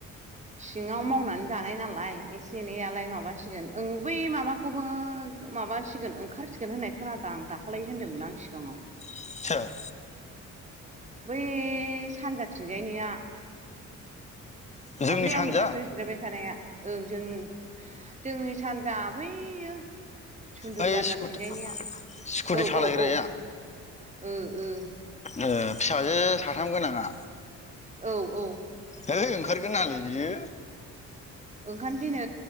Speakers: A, on the right (about 25°); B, on the left (about 20°).
A: सिङाव मावनानै जानाय नालाय एसे एनैआलाय माबासिगोन ओं बै माबाखौबो माबासिगोन ओंखारसिगोन होननाय खोनादों आं दाखाै होनदोंमोन आं सिगाङाव
B: सोर?
A: बै सानजाथिंजायनिया
B: जोंनि
A: दाख्लै
B: सानजा
A: आंनि खाथियाव जिरायबाय थानाया ओं जों जोंनि सानजा बैयो सुन्दुरि
B: ओइ
A: बाजारथिंजायनिया
B: स्कुटि स्कुटि
A: औ औ
B: सालायग्राया
A: औ। ओ ओ
B: ओ फिसाजो साथाम गोनांङा?
A: औ औ
B: है ओंखारगोन नालै बियो।
A: ओंखार सैनो